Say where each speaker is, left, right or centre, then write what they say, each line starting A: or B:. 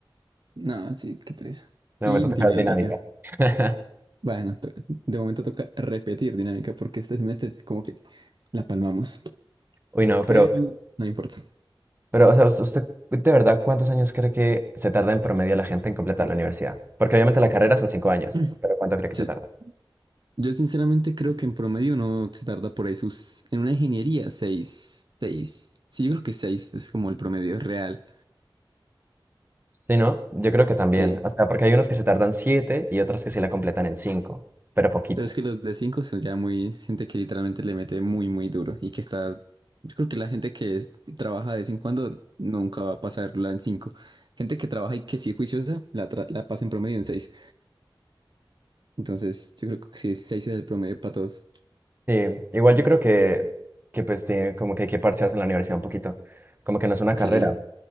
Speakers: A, on the right; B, on the right.
A: No, sí, qué pereza.
B: De
A: Y
B: momento toca
A: dinámica.
B: ver dinámica. <laughs>
A: Bueno, to- de momento toca repetir dinámica porque este semestre ya como que la palmamos,
B: Uy, no, pero,
A: pero no importa.
B: pero, o sea, us- usted, de verdad, ¿cuántos años cree que se tarda en promedio la gente en completar la universidad? Porque obviamente la carrera son cinco años,
A: <clears throat>
B: pero ¿cuánto cree que se
A: Sí.
B: tarda?
A: Yo sinceramente creo que en promedio uno se tarda por ahí sus... En una ingeniería, seis, seis. Sí, yo creo que seis es como el promedio real.
B: Sí, ¿no? Yo creo que también.
A: Sí.
B: O sea, porque hay unos que se tardan siete y otros que sí la completan en cinco, pero poquitos.
A: Pero es que los de cinco son ya muy... Gente que literalmente le mete muy, muy duro y que está... Yo creo que la gente que es- trabaja de vez en cuando nunca va a pasarla en cinco. Gente que trabaja y que sí es juiciosa, la, tra- la pasa en promedio en seis. Entonces, yo creo que sí, seis es el promedio para todos.
B: Sí, igual yo creo que, que pues tiene como que hay que parchearse en la universidad un poquito. Como que no es una carrera.
A: Sí,